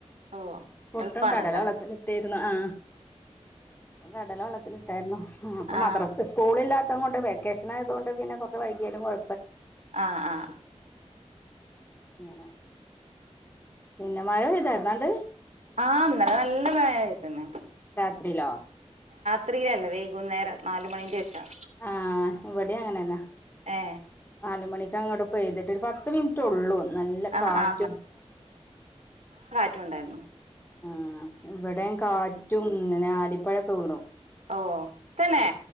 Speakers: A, on the right; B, on the left.
A: ഓ
B: പുട്ടും
A: എളുപ്പാണല്ലോ
B: കടല വെള്ളത്തിലിട്ട് ഇര്ന്നു ആ കടല വെള്ള ത്തിലിട്ടായിര്ന്നു ഉം പ്പം
A: ആ
B: മദ്രസ് സ്കൂളില്ലാ <unintelligible> വെക്കേഷന് ആയതോണ്ട് പിന്നെ കൊറച്ച് വൈകിയാലും കൊഴ
A: ആ ആ
B: അങ്ങനെ പിന്നെ മഴ പെയ്താരുന്നോ ആണ്ട്
A: ആ ഇന്നലെ നല്ല മഴ പെയ്ത്ണ്
B: രാത്രിലോ
A: ത്രി അല്ല വൈകുന്നേരം നാല് മണിന്റെ ശേഷം
B: ആ ഇവടിം അങ്ങനെന്നാ
A: ഏ
B: നാലുമണിക്ക് അങ്ങോട്ട് പെയ്തിട്ട് പത്ത് മിനിറ്റ് ഒള്ളൂ നല്ല
A: ആ
B: കാറ്റും.
A: ആ റ്റുണ്ടായിരുന്നു
B: ആ ഇവിടെം കാറ്റും ഇങ്ങനെ ആലിപ്പഴൊക്കെ വീണു
A: ഓ തന്നെ